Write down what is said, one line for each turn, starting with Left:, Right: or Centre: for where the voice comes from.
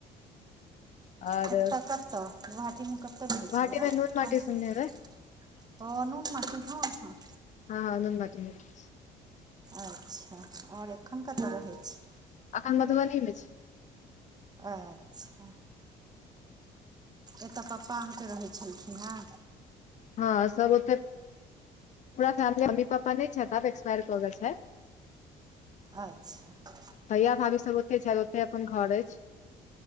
Left: आओर
Right: कत कत गुहाटी में कत रहै
Left: गोहाटीमे
Right: छलियै
Left: नून माटी
Right: आब
Left: सुनने हेबै
Right: ओ नुन म हँ
Left: हँ हं एहन बात नहि छै
Right: अच्छा और एखन कतऽ रहै छै
Left: अखन मधुबनी में छि
Right: अच्छा एतऽ पप्पा अहाँ के रहै छलखिन हन
Left: हँ सब ओते पूरा फैमिली मम्मी-पापा नय छैथ अब एक्सपायर क गेल छैथ
Right: अच्छा
Left: भैया भाभी सब ओते छै ओते अपन घर ऐछ